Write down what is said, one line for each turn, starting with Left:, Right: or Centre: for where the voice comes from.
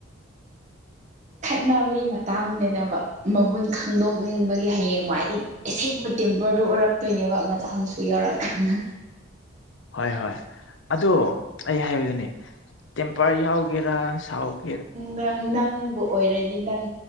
Right: ꯈꯠꯅꯕꯒꯤ ꯃꯇꯥꯡꯗꯅꯕ ꯃꯒꯨꯟ ꯈꯪꯗꯣꯛꯅꯤꯡꯕꯒꯤ ꯍꯌꯦꯡꯋꯥꯏꯗꯤ ꯑꯁꯦꯡꯕ ꯇꯦꯝꯄꯔꯗꯨ ꯑꯣꯏꯔꯛꯇꯣꯏꯅꯦꯕ ꯃꯆꯥ ꯃꯁꯨ ꯌꯧꯔꯛꯑꯀꯥꯟꯗ
Left: ꯍꯣꯏ ꯍꯣꯏ ꯑꯗꯣ ꯑꯩ ꯍꯥꯏꯕꯗꯨꯅꯦ ꯇꯦꯝꯄꯔ ꯌꯥꯎꯒꯦꯔꯥ ꯁꯥꯎꯒ
Right: ꯅꯪ ꯅꯪꯕꯨ ꯑꯣꯏꯔꯗꯤ ꯅꯪ